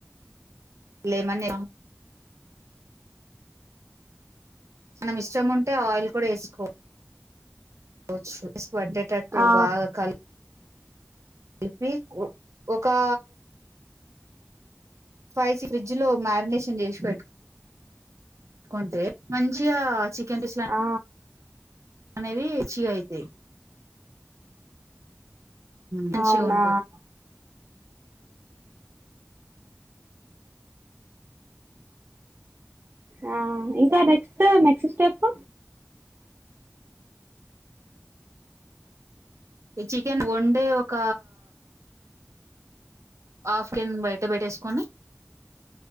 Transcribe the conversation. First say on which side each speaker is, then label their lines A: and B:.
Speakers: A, on the right; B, on the right.
A: లేమన మనం ఇష్టం ఉంటే ఆయిల్ కూడా ఎసుకో కొచ్చు ఫేస్ పండేటట్టు
B: ఆ
A: బాగా కల్ ఇప్పి ఒ ఒకా ఫైసీ ఫ్రిడ్జ్ లో మ్యారినేషన్ చేసి పెట్టు కుంటే మంచిగా చికెన్ డిస్లా
B: ఆ
A: అనేవి <unintelligible> మంచిగా
B: అవునా
A: ఉంటవ్
B: ఆ ఇంకా నెక్స్ట్ నెక్స్ట్ స్టెప్
A: చికెన్ ఒండే ఒక ఆఫ్ <unintelligible> బయట పెట్టేసుకొని